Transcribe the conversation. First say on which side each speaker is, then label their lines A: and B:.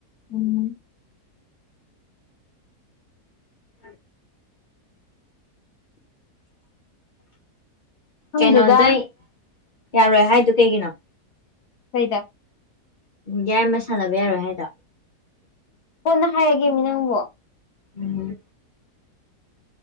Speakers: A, on the left; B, on the left.
A: ꯎꯝ
B: <inaudible>
A: ꯈꯪꯗꯦꯗ
B: ꯀꯩꯅꯣꯗꯩ ꯌꯔꯣꯏ ꯍꯥꯏꯗꯨ ꯀꯩꯒꯤꯅꯣ
A: ꯀꯩꯗ
B: ꯎꯝ ꯌꯥꯏꯃ ꯁꯥꯟꯅꯕ ꯌꯔꯣꯏ ꯍꯥꯏꯗꯣ
A: ꯀꯣꯟꯅ ꯍꯥꯏꯔꯒꯦ ꯃꯤ ꯅꯪꯕꯣ
B: ꯥꯎꯝ